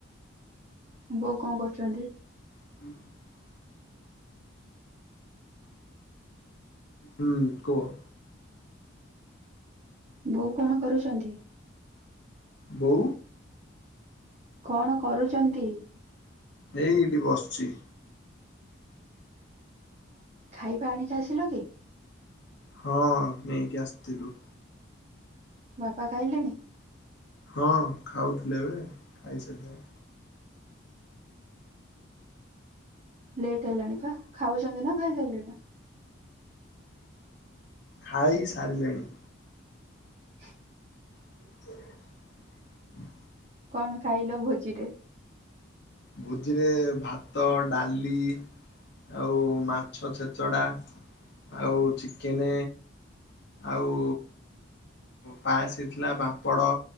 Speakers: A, on the right; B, on the left.
A: ବୋଉ କଣ କରୁଛନ୍ତି?
B: <unintelligible> ହୁଁ କୁହ।
A: ବୋଉ କଣ କରୁଛନ୍ତି?
B: ବଉ?
A: କଣ କରୁଛନ୍ତି?
B: ଏଇ ଏଇଠି ବସିଛି।
A: ଖାଇବା ଆଣିକି ଆସିଲ କି?
B: ହଁ ନେଇକି ଆସିଥିଲୁ।
A: ବାପା ଖାଇଲେନି?
B: ହଁ ଖାଉଥିଲେ ଏବେ ଖାଇସାରିଲେଣି।
A: ଲେଟ୍ ହେଲାଣି ବା ଖାଉଛନ୍ତି ନା ଖାଇସାଇଲେଣି?
B: ଖାଇ ସାରିଲେଣି।
A: ହ <unintelligible>
B: ହ <unintelligible>
A: କଣ ଖାଇଲ ଭୋଜିରେ?
B: ଭୋଜିରେ ଭାତ ଡାଲି ଆଉ ମାଛ ଛେଚଡା ଆଉ ଚିକେନ୍ ଆଉ ପାାୟସଇଥିଲା ବାମ୍ପଡ଼